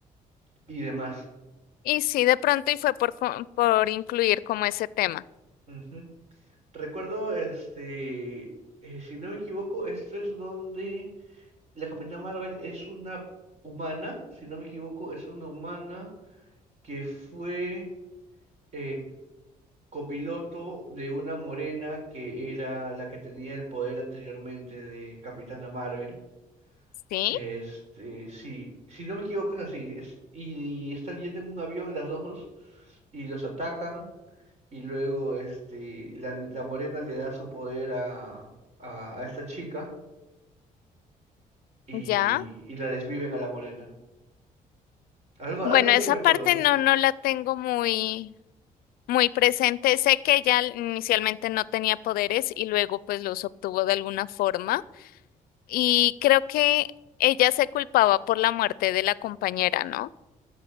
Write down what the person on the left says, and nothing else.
Y sí, de pronto y fue por, co- por incluir como ese tema.
¿Sí?
¿Ya?
Bueno,
esa
parte
no, no la tengo muy, muy presente. Sé que ella inicialmente no tenía poderes y luego pues los obtuvo de alguna forma. Y creo que ella se culpaba por la muerte de la compañera, ¿no?